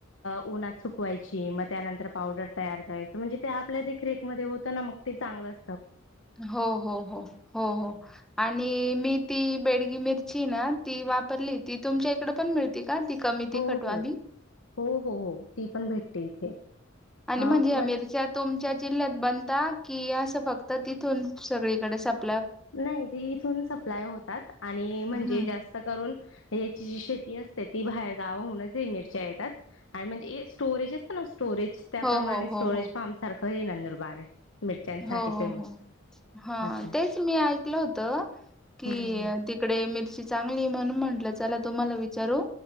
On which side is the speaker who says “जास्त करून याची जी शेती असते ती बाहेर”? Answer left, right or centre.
Left